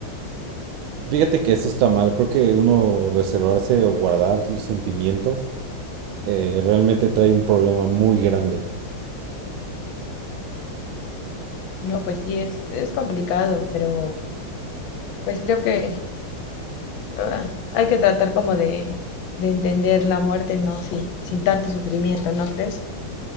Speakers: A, on the right; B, on the left.
A: Fíjate que eso está mal, creo que uno reservarse o guardar los sentimientos eh, realmente trae un problema muy grande.
B: No, pues sí, es, es complicado, pero pues creo que ah, hay que tratar como de, de entender la muerte, ¿no? Sin, sin tanto sufrimiento, ¿no crees?